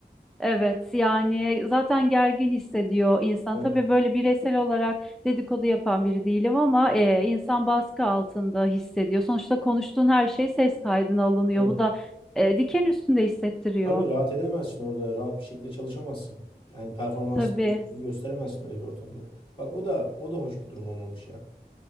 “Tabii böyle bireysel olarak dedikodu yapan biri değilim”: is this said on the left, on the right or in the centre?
Centre